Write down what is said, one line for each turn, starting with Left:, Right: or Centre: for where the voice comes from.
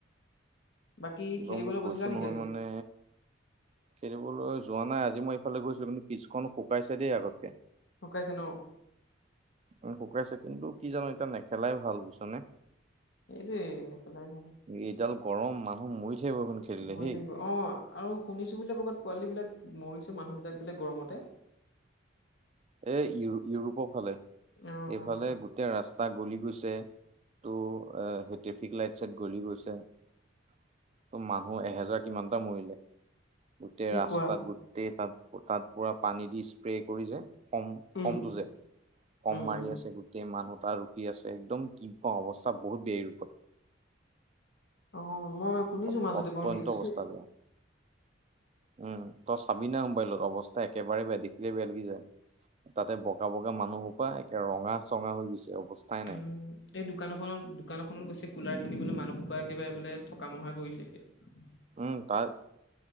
Left: বাকী
Right: এক
Left: খেলিবলৈ
Right: মোক
Left: গৈছিলা
Right: কৈছো
Left: নেকি
Right: নহয়
Left: আজি
Right: মানে খেলিবলৈ- যোৱা নাই আজি মই এইফালে গৈছিলো কিন্তু পিছখন শুকাইছে দেই আগতকে-
Left: ঢুকাইছে ন
Right: উ শুকাইছে কিন্তু কি জানো এতিয়া নেখেলাই ভাল বুইছ নে-
Left: সেইটোৱে নেখেলাই ভাল <unintelligible>
Right: এইডাল গৰম মানুহ মৰি থাকিব এইখন খেলিলে
Left: মৰি
Right: হেই।
Left: থাকিব অ আৰু শুনিছো বোলে কৰবাত পোৱালী বিলাক মৰিছেও মানুহ বিলাক বোলে গৰমতে
Right: এ ইউ ইউৰোপৰ ফালে
Left: অ
Right: এইফালে গোটেই ৰাছ টা গলি গৈছে তটো সেই ট্ৰেফিক লাইট চাইট গলি গৈছে। ত মানুহ এহেজাৰ কিমানটা মৰিলে। গোটেই
Left: কি
Right: ৰাস্তাত
Left: কোৱা
Right: গোটেই তাত তাত পোৰা পানী দি স্প্ৰে কৰি যায়। খম
Left: উম
Right: খমটো যে খম
Left: উম
Right: মাৰি
Left: উম
Right: আছে গোটেই মানুহ টা ৰখি আছে একদম কি পাওঁ অৱস্থা বহুত বে ৰূপত।
Left: অ মই শুনিছো
Right: অ
Left: মাজতে
Right: অত্যন্ত
Left: বাৰু নিউজটো
Right: অৱস্থা। উম তই চাবি না মোবাইলত অৱস্থা একেবাৰে বেয়া দেখিলে বেয়া লাগি যায়। তাতে বগা বগা মানুহ হোপা একে ৰঙা চঙা হৈ গৈছে। অৱস্থাই
Left: উম
Right: নাই।
Left: এই দোকানখনত-দোকানখন ত গৈছে কুলাৰ কিনিবলে মানুহসোপা একেবাৰে বোলে থকা মহা কৰিছে গে। <unintelligible>
Right: উম তাৰ